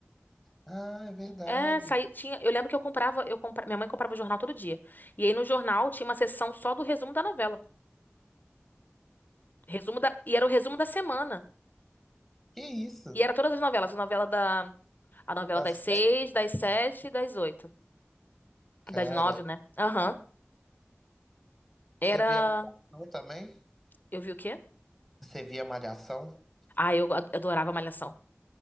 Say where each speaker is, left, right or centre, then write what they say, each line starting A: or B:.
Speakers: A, in the centre; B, on the left.
A: Ah, é verdade.
B: É, saía, tinha, eu lembro que eu comprava, eu compra, minha mãe comprava o jornal todo dia. E aí no jornal tinha uma seção só do resumo da novela. Resumo da, e era o resumo da semana.
A: Que isso?
B: E era todas as novelas, a novela da, a novela
A: Dá
B: das
A: certo?
B: seis, das sete e das oito.
A: Cara,
B: Das nove, né? Aham. Era.
A: você via Malhação também?
B: Eu vi o quê?
A: Você via Malhação?
B: Ah, eu ad- adorava Malhação.